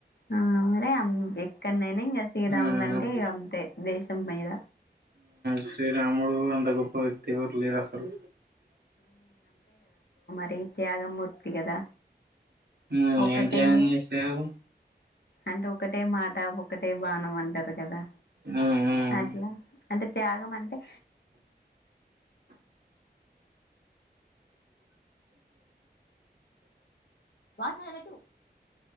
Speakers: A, on the left; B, on the right.
A: ఆ మరే అ ఎక్కనైనా ఇంకా శ్రీరాములు
B: ఉమ్
A: అంటే ఇగా అంతే దేశం మీద
B: శ్రీరాముడు అంత గొప్ప వ్యక్తి ఎవ్వరు లేరు అసలు
A: టే త్యాగమూర్తి కదా
B: ఉమ్
A: ఒకటే
B: ఏం త్యాగం చేశారు
A: అంటే ఒకటే మాట ఒక్ ఒక్కటే బానం అంటారు కదా
B: ఉమ్ ఉమ్
A: అట్లా అంటే త్యాగం అంటే వాచ్ ఆడ పెట్టు